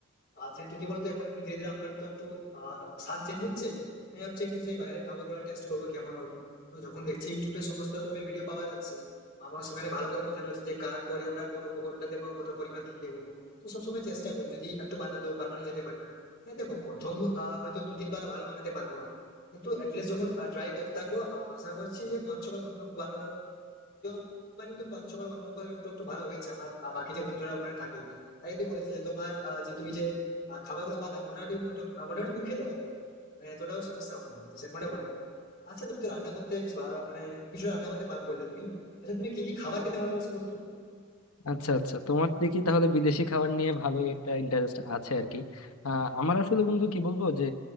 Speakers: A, on the left; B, on the left.
A: আর যেহেতু কি বলতো এখন একটু ধীরে ধীরে আমার তো একটু আহ, স্বাদ চেঞ্জ হচ্ছে আমি ভাবছি একটু সেই বাইরের খাবার গুলা টেস্ট করবো কেমন হবে তো যখন দেখছি ইউটিউবে সমস্ত রকমের ভিডিও পাওয়া যাচ্ছে আমার সেখানে ভালো করে বোঝানো হচ্ছে যে কার পরে আমরা কোন উপকরণটা দেবো কত পরিমাণ দেবো তো সবসময় চেষ্টা করি যদি একটু বানাতে বানানো যেতে পারে হ্যাঁ দেখো প্রথম আহ, হয়তো দু তিনবার ভালো বানাতে পারবো না কিন্তু অ্যাটলিস্ট যখন ট্রাই করতে থাকবো আশা করছি যে পাঁচ ছবার বানানো বানানো তোমার কিন্তু পাঁচ ছবার বানানোর পর একটু একটু ভালো হয়েছে আমার আহ, বাকি যে বন্ধুরা ওখানে থাকে তারা কিন্তু বলেছে যে তোমার আহ, যে তুমি যে আহ, খাবারগুলো বানাও মোটামুটি মোটা- আহ, মোটামুটি মুখে দেওয়া যাবে মানে এতটাও সমস্যা হয়নি তো সেরকমটা ব্যাপার আচ্ছা তুমি তো রান্না করতে বেশ ভালো- মানে কিছু রান্না করতে পারো বললে তুমি আচ্ছা তুমি কি কি খাবার খেতে ভালোবাসো বলো তো
B: আচ্ছা আচ্ছা তোমার দেখি তাহলে বিদেশি খাবার নিয়ে ভালোই একটা ইন্টারেস্ট আছে আর কি আহ, আমার আসলে বন্ধু কি বলবো যে